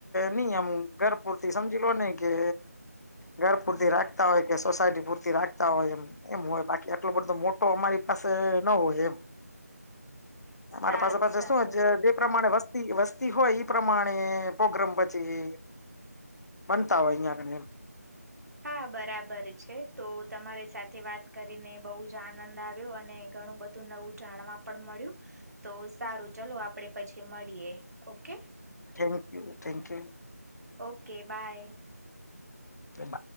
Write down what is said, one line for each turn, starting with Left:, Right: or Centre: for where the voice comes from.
Left: નહીયમ ઘર પૂરતી સમજી લો નને કે ઘર પૂરતી રાખ <inaudible> સોસાયટી પૂરતી રાખતા હોય એમ એમ હોય બાકી આટલો બધો મોટ તો અમારી પાસે ન હોય એ
Right: સારું
Left: અમારી પાસે પાછ
Right: સારું
Left: શું જે પ્રમાણે વસ્ત વસ્તી હોય ઈ પ્રમાણે પોગ્રમ બચી બનતા હોય અહિયાંગ એમ
Right: હા બરાબર છે, તો તમારી સાથે વાત કરીને બહુ જ આનંદ આવ્યો અને ઘણું બધું નવું જાણવા પણ મળ્યું તો સારું ચાલો આપડે પછી મળીએ. Okay
Left: thank you thank you
Right: okay bye
Left: તે બ